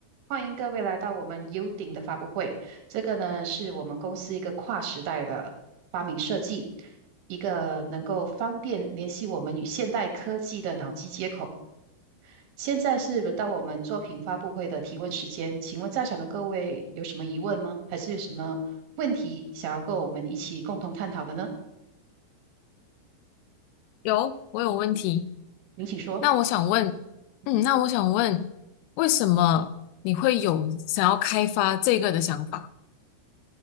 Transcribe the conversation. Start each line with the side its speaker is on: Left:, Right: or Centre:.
Right: 欢迎各位来到我们 U 顶的发布会。这个呢，是我们公司一个跨时代的发明设计，一个能够方便联系我们与现代科技的脑机接口。现在是轮到我们作品发布会的提问时间，请问在场的各位有什么疑问吗？还是有什么问题想要跟我们一起共同探讨的呢？
Left: 有，我有问题。
Right: 您请说。
Left: 那我想问，
Right: 嗯，
Left: 嗯，那我想问，为什么你会有想要开发这个的想法？